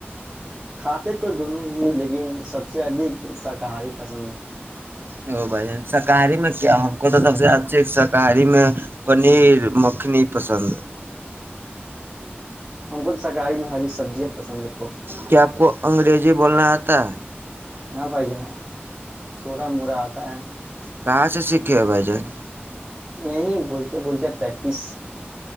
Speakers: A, on the right (about 20°); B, on the right (about 55°).
A: کھاتے تو دونوں ہی لیکن سب سے زیادہ سکھاری پاسند ہے
B: اوہ بھئی جان سکھاری میں کیا ہمکو تو سب سے اچھی سکھاری میں پنیر مکھنی پسند ہے
A: <inaudible> پسند بہت
B: کہ اپ کو انگریزی بولنا اتا ہے
A: ہاں بھائی جان تھوڑا مرا اتا ہے
B: کہاں سے سیکھے بھائی جان
A: یہ نہیں بولتے بولتے پریکٹس